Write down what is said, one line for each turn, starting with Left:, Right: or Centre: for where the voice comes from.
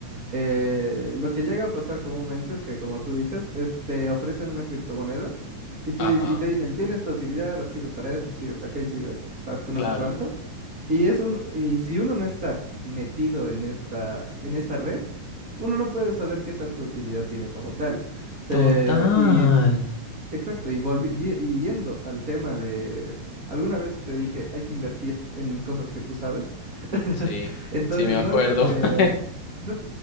Right: eh, lo que llega a pasar comúnmente es que, como tú dices, es- te ofrecen una criptomoneda y, tú,
Left: Ajá.
Right: dices- y te dicen, tiene esta utilidad, sirve para esto, sirve para aquello, sirve para no
Left: Claro.
Right: sé cuánto. Y, es un, y si uno no está metido en, esta, en esa red, uno no puede saber qué tanta utilidad tiene como tal. Te-
Left: Total.
Right: y Exacto, y, volvi- vi- y yendo al tema de, alguna vez te dije, hay que invertir en cosas que tú sabes. <laughs>
Left: Sí,
Right: Entonces,
Left: sí me acuerdo.
Right: no es, eh,
Left: <laughs>
Right: no,